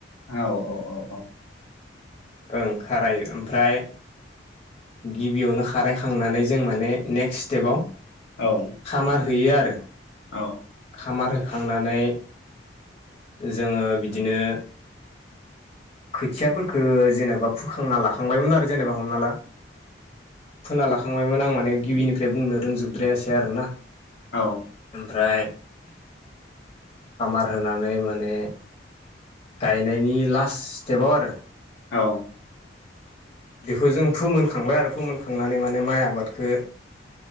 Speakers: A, on the left; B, on the left.
A: औ औ औ औ।
B: ओं खारायो ओमफ्राय गिबियावनो खारायखांनानै जों माने नेक्स्ट स्टेपाव
A: औ
B: खामार होयो आरो।
A: औ
B: खामार होखांनानै जोङो बिदिनो खोथियाफोरखो जेनेबा फुखांना लाखांबायमोन आरो जेनेबा हमना ला। फोनालाखांबायमोन आं माने गिबिनिफ्राय बुंनो रोंजोबद्रायासै आरोना
A: औ
B: ओमफ्राय खामार होनानै माने गायनायनि लास्ट स्टेपाव आरो।
A: औ।
B: बेखौ जों फोमोनखांबाय आरो फोमोनखांनानै माने माइ आबादखो